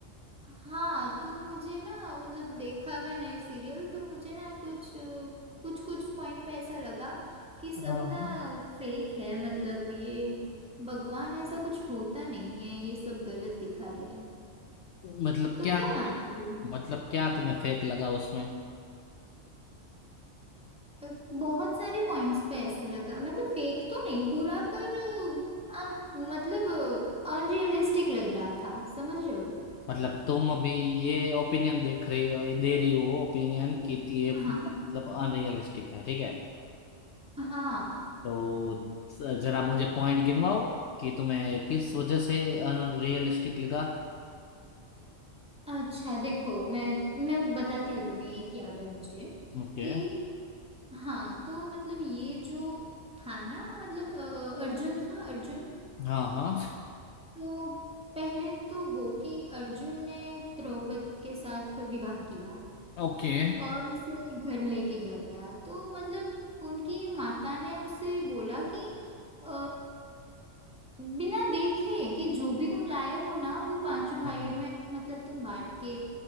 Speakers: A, in the centre; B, on the left.
A: हाँ तो मुझे ना मतलब देखा मैंने सीरियल तो मुझे ना कुछ कुछ कुछ पॉइंट पे ऐसा लगा कि सब
B: हाँ
A: ना फेक है मतलब ये भगवान ऐसा कुछ होता नहीं है ये सब गलत दिखा रहे हैं
B: मतलब
A: तुम
B: क्या
A: क्या मानते हो
B: मतलब क्या तुम्हें फेक लगा उसमें
A: अ, बहुत सारे पॉइंट्स पे ऐसा लगा मतलब फेक तो नहीं पूरा पर अ, अम, मतलब अनरियलिस्टिक लग रहा था समझ रहे हो
B: मतलब तुम अभी ये ओपिनियन देख रही हो दे रही हो ओपिनियन कि ये
A: हाँ
B: पूरा मतलब अनरियलिस्टिक है ठीक है
A: हाँ
B: तो स- जरा मुझे पॉइंट गिनवाओ कि तुम्हें किस वजह से अनरियलिस्टिक लगा
A: अच्छा देखो मैं मैं बताती हूँ तुम्हें एक याद है मुझे
B: ओके
A: कि हाँ तो मतलब ये जो था ना मतलब अ, अर्जुन था अर्जुन
B: हाँ हाँ
A: तो पहले तो वो कि अर्जुन ने द्रौपदी के साथ विवाह किया
B: ओके
A: और उसे घर लेके गया तो मतलब उनकी माता ने उसे बोला कि अ, बिना देखे कि जो भी तुम लाए हो ना वो पांचों भाइयों
B: हाँ
A: में मतलब तुम बांट के